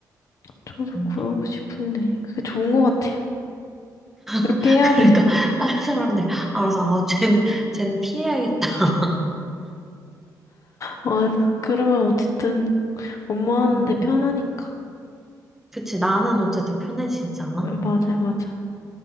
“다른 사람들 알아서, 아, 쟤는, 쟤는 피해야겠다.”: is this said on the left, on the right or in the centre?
Centre